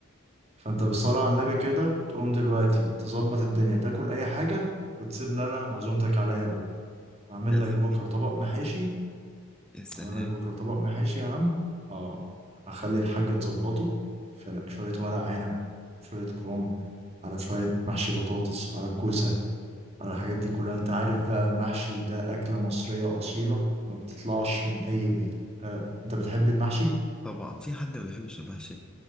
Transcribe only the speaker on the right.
فانت بالصلاة على النبي كده تقوم دلوقتي تظبط الدنيا تاكل اي حاجة وتسيب لنا عزومتك عليا بكرة اعمل
لك بكرة
طبق محاشي
اعمل لك بكره طبق محاشي يا عم اه اخلي الحاجه تظبطه في لك شويه ورق عنب شويه كرنب على شويه محشي بطاطس على كوسه على الحاجات دي كلها انت عارف بقى المحشي ده اكله مصريه اصيله ما بتطلعش من اي بيت آه. انت بتحب المحشي